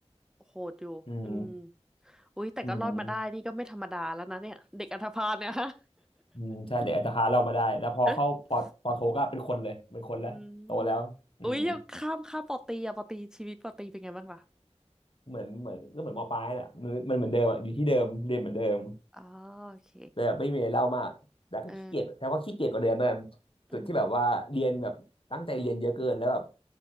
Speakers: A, in the centre; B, on the left.
A: โหดอยู่อืม
B: อืม
A: อุ๊ยแต่ก็รอดมาได้นี่ก็ไม่ธรรมดาแล้วนะเนี่ยเด็กอันธพาลเนี่ยฮะ
B: อืมอืมใช่เลยอาจจะรพาเรามาได้แล้วพอเข้าปอปอโทก็เป็นคนเลยเป็นคนแล้วโตแล้วอืม
A: <laughs> อืมอุ๊ยยังข้ามข้ามปอตีอะปอตีชีวิตปอตีเป็นไงบ้างล่ะ
B: เหมือนเหมือนก็เหมือนมปลายแหละมันมันเหมือนเดิมอ่ะอยู่ที่เดิมเรียนเหมือนเดิม
A: อ๋อโอเค
B: แต่แบบไม่มีอะไรเล่ามากแต่ก็ขี้เกียจแต่ว่าขี้เกียจกว่าเดิมนั่น
A: เอออืม
B: จุดที่แบบว่าเรียนแบบตั้งใจเรียนเยอะเกินแล้วแบบ